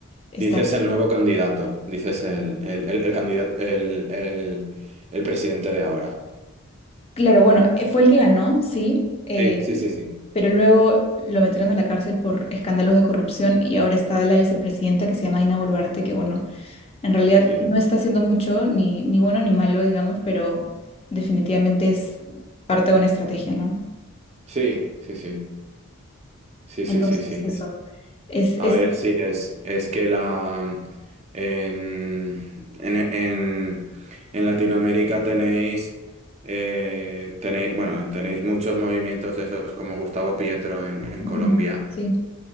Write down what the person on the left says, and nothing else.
están.
Claro, bueno, eh, fue el que ganó, sí, eh,
pero luego lo metieron a la cárcel por escándalos de corrupción y ahora está la vicepresidenta que se llama Dina Boluarte, que bueno, en realidad
no está haciendo mucho, ni, ni bueno ni malo, digamos, pero definitivamente es parte de una estrategia, ¿no?
Entonces,
eso es,
es,
ujú,
sí,